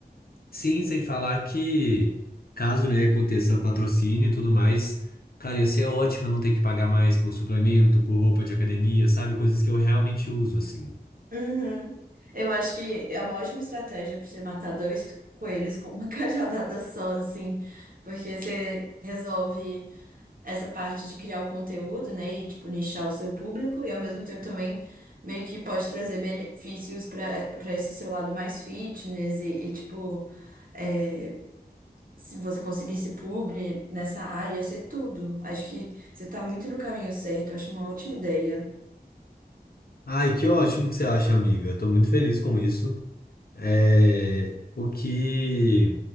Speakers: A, on the left (about 65°); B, on the right (about 55°).
A: sim, sem falar que caso, né, aconteça patrocínio e tudo mais, cara, ia ser ótimo eu não ter que pagar mais por suplemento, por roupa de academia, sabe? Coisas que eu realmente uso, assim.
B: Uhum. Eu acho que é uma ótima estratégia para você matar dois coelhos com uma <laughs> cajadada só, assim, porque você resolve. essa parte de criar o conteúdo, né, e tipo nichar o seu público e ao mesmo tempo também meio que pode trazer benefícios para para esse seu lado mais fitness e, e, tipo é, se você conseguisse publi nessa área, ia ser tudo. Acho que você tá muito no caminho certo, acho uma ótima ideia.
A: Ai, que ótimo que você acha, amiga. Eu tô muito feliz com isso. É, o que